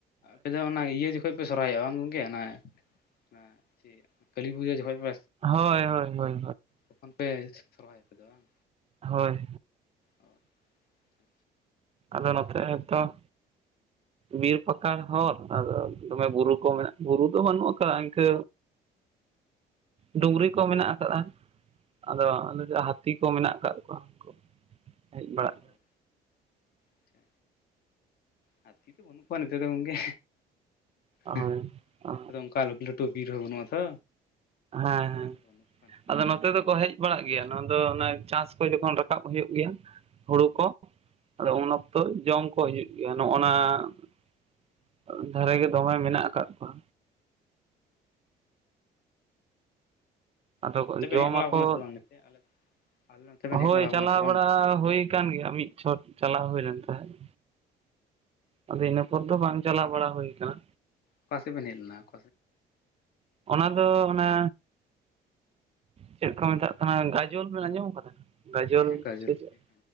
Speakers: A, on the left; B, on the right.
A: ᱟᱯᱮ ᱫᱚ ᱚᱱᱟ ᱤᱭᱟᱹ ᱡᱚᱠᱷᱚᱱ ᱯᱮ ᱥᱚᱨᱦᱟᱭᱚᱜᱼᱟ ᱵᱟᱝ ᱜᱚᱢᱠᱮ ᱚᱱᱟ <inaudible> ᱠᱟᱹᱞᱤ ᱯᱩᱡᱟᱹ ᱡᱚᱠᱷᱚᱱ ᱯᱮ
B: ᱦᱳᱭ ᱦᱳᱭ ᱦᱳᱭ
A: ᱛᱚᱠᱷᱚᱱ ᱯᱮ <inaudible>
B: ᱦᱳᱭ᱾
A: ᱚ ᱟᱪᱪᱷᱟ
B: ᱟᱫᱚ ᱱᱚᱛᱮ ᱱᱤᱛᱚᱜ ᱵᱤᱨ ᱯᱟᱠᱟᱲ ᱦᱚᱨ ᱟᱫᱚ ᱫᱚᱢᱮ ᱵᱩᱨᱩ ᱠᱚ ᱢᱮᱱᱟᱜᱼᱟ᱾ ᱵᱩᱨᱩ ᱫᱚ ᱵᱟᱹᱱᱩᱜ ᱟᱠᱟᱜ-ᱟ ᱤᱱᱠᱟᱹ ᱰᱩᱝᱨᱤ ᱠᱚ ᱢᱮᱱᱟᱜ ᱟᱠᱟᱜᱼᱟ᱾ ᱟᱫᱚ <unintelligible> ᱦᱟᱹᱛᱤ ᱠᱚ ᱢᱮᱱᱟᱜ ᱠᱟᱜ ᱠᱚᱣᱟ ᱩᱱᱠᱩ ᱦᱮᱡ ᱵᱟᱲᱟᱜ
A: ᱟᱪᱪᱷᱟ ᱚ ᱟᱪᱪᱷᱟ ᱦᱟᱹᱛᱤ ᱫᱚ ᱵᱟᱹᱱᱩᱜ ᱠᱚᱣᱟ ᱱᱚᱛᱮ ᱫᱚ ᱜᱚᱢᱠᱮ
B: ᱦᱳᱭ
A: <unintelligible>
B: ᱦᱮᱸ
A: ᱵᱤᱨ ᱦᱚᱸ ᱵᱟᱹᱱᱩᱜᱼᱟ ᱛᱚ!
B: ᱦᱮᱸ ᱦᱮᱸ
A: ᱫᱚ ᱵᱟᱹᱱᱩᱜ ᱠᱚᱣᱟ
B: ᱟᱫᱚ
A: ᱫᱚ
B: ᱱᱚᱛᱮ ᱫᱚᱠᱚ ᱦᱮᱡ ᱵᱟᱲᱟᱜ ᱜᱮᱭᱟ ᱱᱚᱣᱟ ᱫᱚ ᱚᱱᱟ ᱪᱟᱥ ᱠᱚ ᱡᱚᱠᱷᱚᱱ ᱨᱟᱠᱟᱵ ᱦᱩᱭᱩᱜ ᱜᱮᱭᱟ ᱦᱩᱲᱩ ᱠᱚ᱾ ᱟᱫᱚ ᱩᱱ ᱚᱠᱛᱚ ᱡᱚᱢ ᱠᱚ ᱦᱤᱡᱩᱜ ᱜᱮᱭᱟ ᱱᱚᱜᱼᱱᱟ <unintelligible> ᱫᱷᱟᱨᱮ ᱜᱮ ᱫᱚᱢᱮ ᱢᱮᱱᱟᱜ ᱟᱠᱟᱜ ᱠᱚᱣᱟ᱾ ᱟᱫᱚ
A: ᱟᱨ ᱱᱚᱛᱮ ᱵᱮᱱ
B: ᱡᱚᱢᱟᱠᱚ
A: ᱦᱮᱡ ᱵᱟᱲᱟᱣ ᱠᱟᱱᱟ ᱥᱮ ᱵᱟᱝ <inaudible> ᱱᱚᱛᱮ ᱵᱮᱱ
B: ᱦᱳᱭ
A: ᱦᱮᱡ ᱵᱟᱲᱟᱣ
B: ᱪᱟᱞᱟᱣ
A: ᱠᱟᱱᱟ ᱥᱮ ᱵᱟᱝ
B: ᱵᱟᱲᱟ ᱦᱩᱭ ᱟᱠᱟᱱ ᱜᱮᱭᱟ ᱢᱤᱫ ᱪᱷᱚᱴ ᱪᱟᱞᱟᱣ ᱦᱩᱭ ᱞᱮᱱ ᱛᱟᱦᱮᱸᱫ᱾ ᱟᱫᱚ ᱤᱱᱟᱹ ᱯᱚᱨ ᱫᱚ ᱵᱟᱝ ᱪᱟᱞᱟᱣ ᱵᱟᱲᱟ ᱦᱩᱭ ᱟᱠᱟᱱᱟ?
A: ᱚᱠᱟ ᱥᱮᱫ ᱵᱮᱱ ᱦᱮᱡ ᱞᱮᱱᱟ <inaudible>
B: ᱚᱱᱟ ᱫᱚ ᱚᱱᱟ ᱪᱮᱫ ᱠᱚ ᱢᱮᱛᱟᱜ ᱠᱟᱱᱟ ᱜᱷᱟᱡᱚᱞ ᱵᱮᱱ ᱟᱸᱡᱚᱢ ᱠᱟᱫᱟ? ᱜᱟᱡᱚᱞ
A: ᱦᱮᱸ ᱦᱮᱸ
B: ᱥᱮ ᱪᱮᱫ?
A: ᱦᱮᱸ